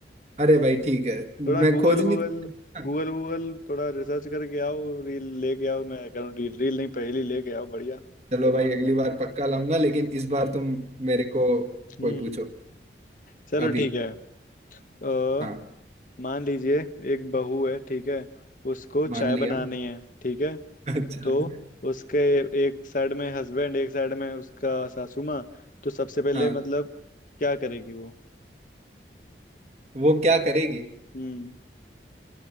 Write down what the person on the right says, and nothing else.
अरे भाई ठीक है
मैं
खोज नहीं
सकता
चलो भाई
अगली
बार पक्का लाऊंगा लेकिन इस बार
तुम मेरे को
कोई पूछो
अभी
हाँ
मान लिया
<laughs> अच्छा
हाँ
वो क्या करेगी